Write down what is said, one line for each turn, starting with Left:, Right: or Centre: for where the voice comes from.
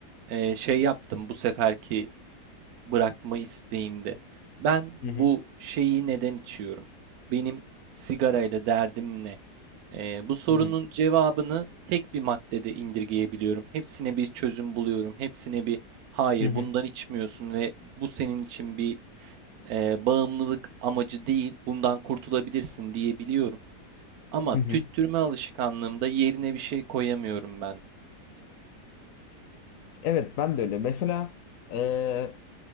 Right: Ee, şey yaptım bu seferki bırakma isteğimde. Ben bu
Left: Hı hı,
Right: şeyi neden içiyorum? Benim sigarayla derdim ne? Ee, bu sorunun
Left: hı hı,
Right: cevabını tek bir maddede indirgeyebiliyorum. Hepsine bir çözüm buluyorum. Hepsine bir hayır
Left: hı hı,
Right: bundan içmiyorsun ve bu senin için bir e, bağımlılık amacı değil. Bundan kurtulabilirsin diyebiliyorum. Ama
Left: hı
Right: tüttürme
Left: hı.
Right: alışkanlığımda yerine bir şey koyamıyorum ben.
Left: Evet, ben de öyle. Mesela e,